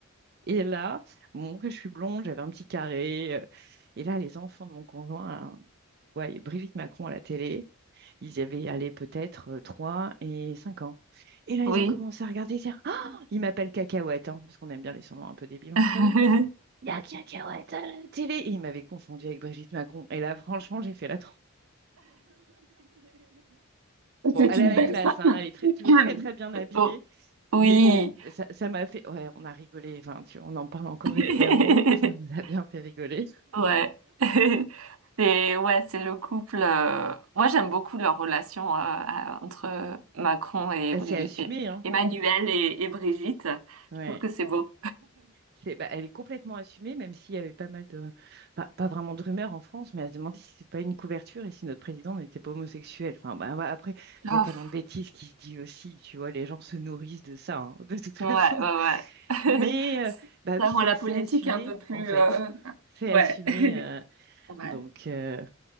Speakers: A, on the right; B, on the right.
A: Et là, bon, que je suis blonde, j'avais un petit carré. euh, et là, les enfants de mon conjoint, hein, ouais, Brigitte Macron à la télé, ils avaient allé peut-être euh, 3 et 5 ans. Et là, ils
B: oui.
A: ont commencé à regarder, dire, ah, ils m'appellent Cacahuète, hein, parce qu'on aime bien les surnoms un peu débiles dans
B: <laughs>
A: la famille. Il y a Cacahuète à la télé. Et ils m'avaient confondu avec Brigitte Macron. Et là, franchement, j'ai fait la Bon,
B: C'est
A: elle
B: une
A: a la
B: belle
A: classe,
B: femme.
A: hein, elle est très- toujours très très bien
B: <clears throat>
A: habillée,
B: Oh, oui.
A: mais bon, ça, ça m'a fait, ouais, on a rigolé, enfin, tu vois, on en parle encore
B: <laughs>
A: régulièrement, <laughs> ça nous a bien fait rigoler.
B: Ouais. <laughs> C'est ouais, c'est le couple. euh, Moi, j'aime beaucoup leur relation euh, à- entre Macron et,
A: Elle
B: Brigi-
A: s'est assumée,
B: et-
A: hein,
B: Emmanuel et, et Brigitte. Je
A: ouais,
B: trouve que c'est beau.
A: c'est, bah, elle est complètement assumée, même s'il y avait pas mal de, enfin, pas vraiment de rumeurs en France, mais elle se demandait si c'était pas une couverture et si notre président n'était pas homosexuel. Enfin, bah, bah, après,
B: Ah,
A: il y a tellement
B: pff,
A: de bêtises qui se dit aussi, tu vois, les gens se nourrissent de ça, hein, <laughs> de toute façon.
B: ouais, ouais,
A: Mais,
B: ouais. <laughs>
A: euh, bah
B: Ça
A: oui,
B: rend
A: c'est
B: la
A: c'est
B: politique
A: assumé,
B: un peu plus.
A: en fait,
B: euh,
A: c'est
B: Ouais,
A: assumé.
B: <laughs>
A: euh,
B: ouais,
A: donc, euh,